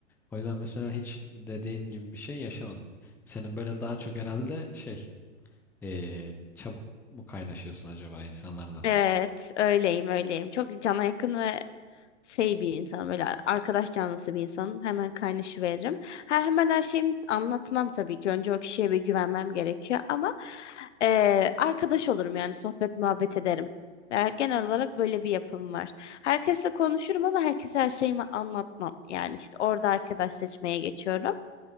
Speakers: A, in the centre; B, on the left.
A: O yüzden mesela hiç dediğin gibi bir şey yaşamadım. Senin böyle daha çok herhalde şey e, çabuk mu kaynaşıyorsun acaba insanlarla?
B: Evet, öyleyim, öyleyim. Çok cana yakın ve şey bir insanım öyle arkadaş canlısı bir insanım hemen kaynaşıveririm. Ha, hemen her şeyimi anlatmam tabii ki önce o kişiye bir güvenmem gerekiyor ama eee, arkadaş olurum yani sohbet muhabbet ederim. Yani genel olarak böyle bir yapım var. Herkesle konuşurum ama herkese her şeyimi anlatmam. Yani işte orada arkadaş seçmeye geçiyorum.